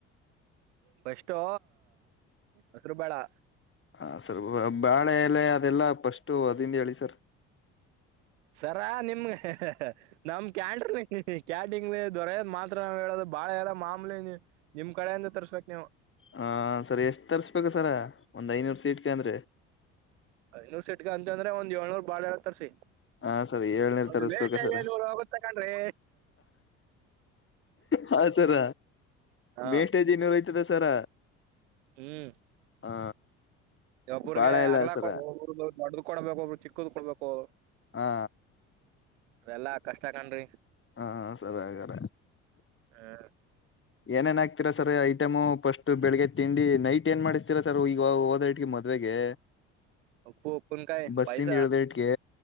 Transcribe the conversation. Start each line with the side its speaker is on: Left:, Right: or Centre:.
Right: ಫಸ್ಟು ಹೆಸರು ಬೆಳೆ
Left: ಹ ಸ್ವಲ್ಪ ಬಾಳೆ ಲೆ ಅದೆಲ್ಲ ಫಸ್ಟು ಅದಿಂದ ಹೇಳಿ ಸರ್
Right: ಸರಾ ನಿಮ ಹಹ <unintelligible> ನಮ ಕ್ಯಾಂಡ್ರನ ಕ್ಯಾಟಿಂಗ್ಲಿ ದೊರೆಯೋದ ಮಾತ್ರ ನಾವ್ ಹೇಳೋದು ಬಾಳ ಎಲ್ಲ ಮಾಮೂಲಿ ನೀಮ್ ಕಡೆಯಿಂದ ತರ್ಸ್ಬೇಕಕ್ ನೀವು
Left: ಹ ಸರ್ ಎಷ್ಟು ತರ್ಸ್ಬೇಕ ಸರ ಒಂದ್ ಐನೂರು ಸೀಟ್ಗೆ ಅಂದ್ರೆ
Right: ಐನೂರ್ ಸೆಟ್ಗ ಅಂತ ಅಂದ್ರೆ ಒಂದ್ ಏಳ್ನೂರ್ ಬಾಳ ಎಲೆ ತರ್ಸಿ
Left: ಹಾ ಸರ್ ಏಳ್ನೇರ್
Right: ಒಂದು
Left: ತರಸ್ಬೇಕ
Right: ವೇಸ್ಟೇಜ್
Left: ಸರ
Right: ಐನೂರ್ ಹೋಗುತ್ತ ಕಣ್ರೀ
Left: ಹ ಸರ
Right: ಹಾ
Left: ಮೇಷ್ಟಾಜಿ ನೂರುಐ್ತದ ಸರ
Right: ಹ್ಮ್
Left: ಹ
Right: ಒಬರ್ಗೆ
Left: ಬಾಳೆ ಎಲೆ
Right: ಆಗ್ಲಾಕ್ಕ
Left: ಸರ
Right: ಒ ಮಾಡ ಕೊಡ್ಬೇಕು ಅವರು ಚಿಕ್ಕ್ ಕೊಡ್ಬೇಕು ಅವರು
Left: ಹಾ
Right: ಎಲ್ಲಾ ಕಷ್ಟ ಕಣ್ರಿ
Left: ಹಾ ಸರಿ ಹಂಗಾರೆ
Right: ಹ್ಮ
Left: ಏನೇನ್ ಆಕ್ತೀರಾ ಸರ್ ಐಟಮು ಫಸ್ಟ್ ಬೆಳಿಗ್ಗೆ ತಿಂಡಿ ನೈಟ್ ಏನ್ ಮಾಡ್ತೀರಾ ಸರ್ ಈಗ ಹಓದ ಇಟ್ಗೆ ಮದ್ವೆಗೆ
Right: ಉಪ್ಪು ಉಪ್ಪನ್ಕಾಯಿ
Left: ಬಸ್ಸಿಂದ
Right: ಪಾಯ್ಸ
Left: ಇಳ್ದ ಇಟ್ಗೆ